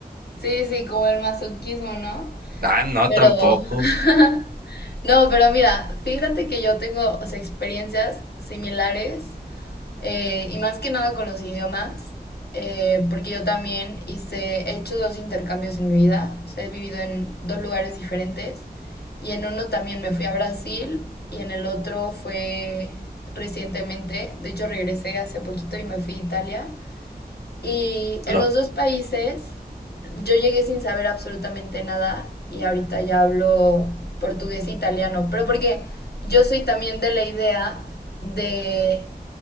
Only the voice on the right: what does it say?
Ah, no,
tampoco.
No,